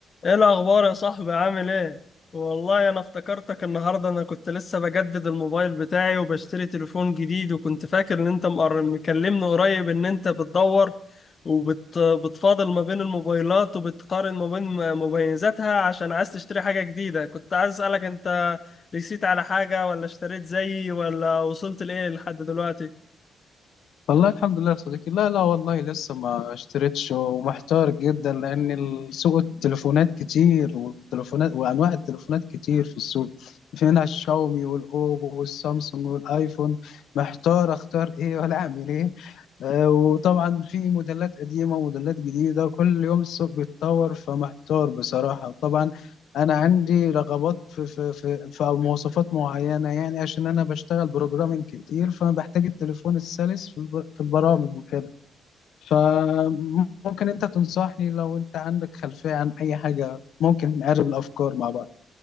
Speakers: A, on the left; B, on the left.
A: ايه الاخبار يا صاحبي عامل ايه والله انا افتكرتك النهارده انا كنت لسه بجدد الموبايل بتاعي وبشتري تليفون جديد وكنت فاكر ان انت مقر- مكلمني قريب ان انت بتدور وبتفاضل ما بين الموبايلات وبتقارن ما بين م- مميزاتها عشان عايز تشتري حاجة جديدة كنت عايز اسألك انت رسيت على حاجة ولا اشتريت زيي ولا وصلت لايه لحد دلوقتي
B: والله الحمد لله يا صديقي لا لا والله لسه ما اشتريتش ومحتار جدا لان السوق التليفونات كتير والتليفونات وانواع التليفونات كتير في السوق في منها الشاومي والاوبو والسامسونج والايفون محتار اختار ايه ولا اعمل ايه آه، وطبعا في موديلات قديمة وموديلات جديدة كل يوم السوق بيتطور فمحتار بصراحة طبعا أنا عندي رغبات في, في, في, في مواصفات معينة يعني عشان أنا بشتغل بروجرامينج كتير فأنا بحتاج التليفون السلس في الب- في البرامج وكده فممكن أنت تنصحني لو أنت عندك خلفية عن أي حاجة ممكن نقرب الأفكار مع بعض